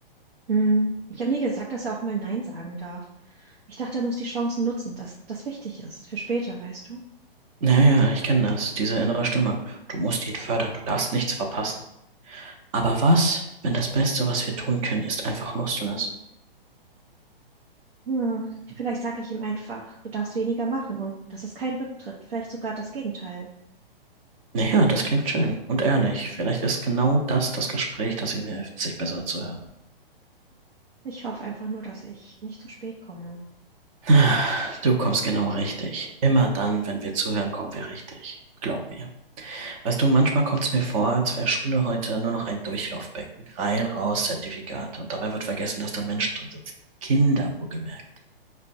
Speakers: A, on the right; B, on the right.
A: Hm. Ich habe nie gesagt, dass er auch mal Nein sagen darf. Ich dachte, er muss die Chancen nutzen, dass das wichtig ist für später, weißt du?
B: Naja, ich kenne das, diese innere Stimme. Du musst ihn fördern, du darfst nichts verpassen. Aber was, wenn das Beste, was wir tun können, ist einfach loszulassen?
A: Hm. Vielleicht sage ich ihm einfach, du darfst weniger machen und das ist kein Rücktritt, vielleicht sogar das Gegenteil.
B: Naja, das klingt schön und ehrlich. Vielleicht ist genau das das Gespräch, das ihm hilft, sich besser zu hören.
A: Ich hoffe einfach nur, dass ich nicht zu spät komme.
B: Ah, Du kommst genau richtig. Immer dann, wenn wir zuhören, kommen wir richtig. Glaub mir. Weißt du, manchmal kommt es mir vor, als wäre Schule heute nur noch ein Durchlaufbecken. Rein, raus, Zertifikate. Und dabei wird vergessen, dass da Menschen drin sitzen. Kinder, wohlgemerkt.